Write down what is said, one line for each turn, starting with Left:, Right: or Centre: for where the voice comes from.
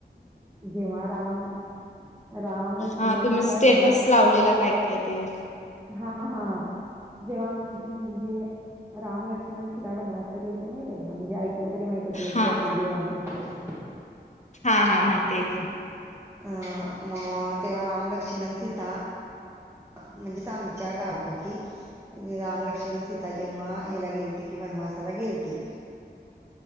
Right: जेव्हा राम राम लक्ष्मण
Left: हा तुम्ही
Right: सीता
Left: स्टेटस
Right: वनवास
Left: लावलेला काय-काय ते.
Right: हा-हा जेव्हा म्हण म्हणजे राम-लक्ष्मीण, सीता वनवास काय गेलते माहित आहे <unintelligible> म्हणजे ऐकून तरी माहीत असेलच
Left: हा
Right: की आपली देवांची. <unintelligible>
Left: हा हा माहीती आहे की.
Right: अं मग तेव्हा राम-लक्ष्मण, सीता म्हणजेच आमच्या गाव काकी राम-लक्ष्मण, सीता जेव्हा हेला गेलते कि वनवासाला गेलते